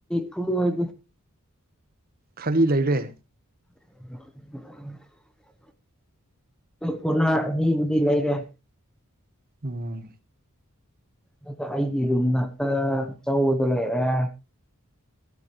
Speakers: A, in the centre; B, on the right.
A: ꯐ ꯑꯣꯏ
B: ꯈꯂꯤ ꯂꯩꯔꯦ
A: <unintelligible> ꯐꯅꯥ ꯑꯅꯤꯕꯨꯗꯤ ꯂꯩꯥꯏꯔꯦ
B: ꯑꯣꯝ
A: ꯑꯗꯨꯗꯥ ꯑꯩꯒꯤ ꯑꯗꯨꯨꯝ ꯉꯛꯇ ꯆꯧꯕꯗꯣ ꯂꯩꯔꯦ